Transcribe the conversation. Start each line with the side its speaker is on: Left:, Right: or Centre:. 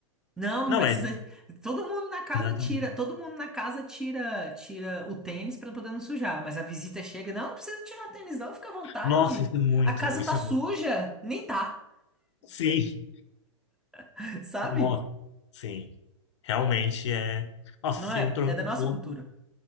Centre: Não, não
Left: Não
Centre: precisa.
Left: é,
Centre: Todo mundo na casa
Left: exatamente.
Centre: tira, todo mundo na casa tira, tira o tênis pra poder não sujar, mas a visita chega, não, não precisa tirar o tênis não, fica à vontade.
Left: Nossa, isso é muito,
Centre: A casa
Left: isso
Centre: tá suja,
Left: é muito.
Centre: nem tá,
Left: Sim,
Centre: <laughs> sabe?
Left: nossa, sim. Realmente é. Nossa,
Centre: Não
Left: você
Centre: é?
Left: entrou
Centre: É da
Left: num
Centre: nossa
Left: ponto.
Centre: cultura.